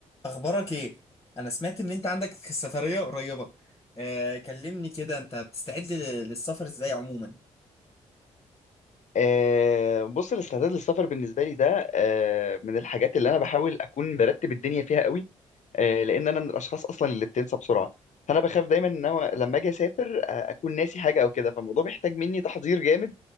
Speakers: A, on the left (about 20°); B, on the left (about 45°).
A: اخبارك ايه انا سمعت ان انت عندك سفرية قريبة آه كلمني كده انت بتستعد للسفر ازاي عموما
B: آه، بص الاستعداد للسفر بالنسبه لي ده آه، من الحاجات اللي انا بحاول اكون مرتب الدنيا فيها قوي آه، لان انا من الاشخاص اصلا اللي بتنسى بسرعه فانا بخاف دايما ان انا لما اجي اسافر آه، اكون ناسي حاجه او كده فالموضوع بيحتاج مني تحضير جامد